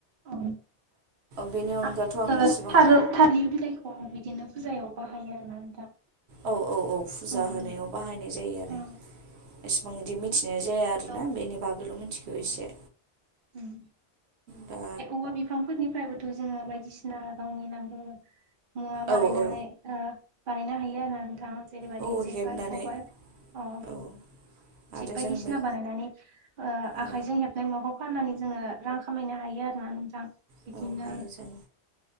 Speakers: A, on the right; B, on the right.
A: औ
B: बेनि अनगाथ'
A: आरो जोङो
B: आं एसेबां
A: था-थालिर बिलाइखौ बिदिनो फुजायाव बाहायो आरोना नोंथां।
B: औ औ औ फुजा
A: उम
B: होनायाव बाहायनाय जायो आरो।
A: उम
B: एसेबां बिदि
A: बेफोरखौबो
B: मिथिनाय जाया
A: फुजायाव
B: आरोना बेनि बागैल' मिथिगौ
A: उम
B: एसे।
A: उम
B: दा
A: ओमफ्राय औवा बिफांफोरनिफ्रायबोथ' जोङो बाय सिना गावनि नांगौ मुवा बानायनानै
B: औ औ
A: ओ बानायनो हायो आरो ना नोंथां। जेरै बायदि
B: औ
A: जेखाय
B: हेबनानै
A: खबाय अ'।
B: औ आरो
A: बायदिसि
B: जों बे
A: बानायनानै
B: औ
A: आजों हेबनाय म न फाननानै जोङो रां खामायनो हायो आरो ना नोंथां। बिदिनो
B: बेवहाय जों